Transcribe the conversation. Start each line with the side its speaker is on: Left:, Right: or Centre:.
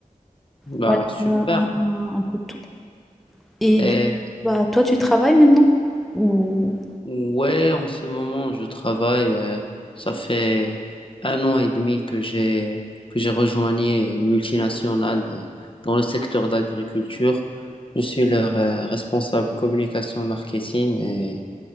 Left: bah
Centre: Voilà,
Left: super.
Centre: un un peu de tout. Et
Left: Et
Centre: du coup, bah, toi, tu travailles maintenant? Ou...
Left: ouais, en ce moment, je travaille. euh, ça fait un an et demi que j'ai que j'ai rejoint une multinationale euh, dans le secteur d'agriculture. Je suis leur euh, responsable communication marketing et